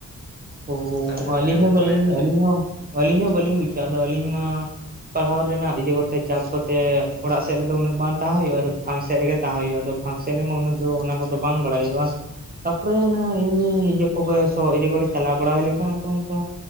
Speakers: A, on the right; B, on the left.
A: ᱳᱻ
B: ᱟᱹᱵᱤᱱ ᱫᱚ
A: ᱟᱹᱞᱤᱧ
B: ᱛᱤᱱᱟᱹᱜ ᱜᱟᱱ
A: ᱦᱚᱸ
B: ᱵᱤᱱ
A: ᱵᱟᱹᱞᱤᱧ
B: ᱵᱟᱲᱟᱭᱟ ᱛᱟᱦᱚᱞᱮ
A: ᱟᱹᱞᱤᱧ ᱦᱚᱸ ᱟᱹᱞᱤᱧ ᱦᱚᱸ ᱵᱟᱹᱞᱤᱧ ᱵᱩᱪᱟ ᱟᱫᱚ ᱟᱹᱞᱤᱧ ᱢᱟ ᱯᱟᱲᱦᱟᱣ ᱨᱮᱱᱟᱜ ᱤᱭᱟᱹ ᱠᱚᱛᱮ ᱪᱟᱯ ᱠᱚᱛᱮ ᱚᱲᱟᱜ ᱥᱮᱫ ᱨᱮᱫᱚ ᱩᱱᱟᱹᱜ ᱵᱟᱝ ᱛᱟᱦᱮᱸ ᱦᱳᱭᱳᱜᱼᱟ, ᱟᱫᱚ ᱯᱷᱟᱸᱠ ᱥᱮᱫ ᱨᱮᱜᱮ ᱛᱟᱦᱮᱸ ᱦᱳᱭᱳᱜᱼᱟ, ᱟᱫᱚ ᱯᱷᱟᱥᱮ ᱨᱮᱢᱟ ᱩᱱᱟᱹᱜ ᱫᱚ ᱚᱱᱟ ᱠᱚᱫᱚ ᱵᱟᱝ ᱵᱟᱲᱟᱭᱚᱜᱼᱟ ᱛᱟᱯᱚᱨᱮ ᱚᱱᱟ ᱮᱢᱱᱤ ᱤᱭᱟᱹ ᱠᱚᱜᱮ ᱤᱭᱟᱹ ᱠᱚᱨᱮ ᱪᱟᱞᱟᱣ ᱵᱟᱲᱟ ᱦᱩᱭ ᱞᱮᱱᱠᱷᱟᱱ ᱟᱫᱚ ᱚᱱᱠᱟ